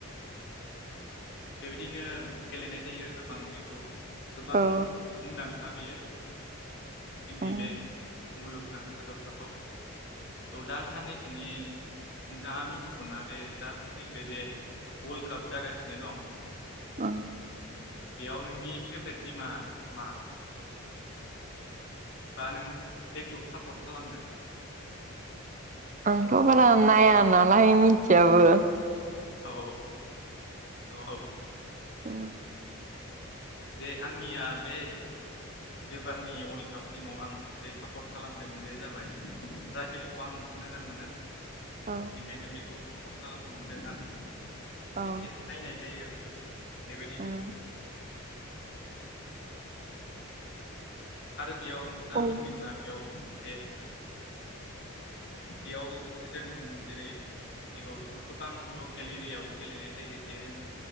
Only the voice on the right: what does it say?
औ
उम
उम
आंथ' बारा नाया नालाय मिथिआबो
औ
औ
औ
उम
उम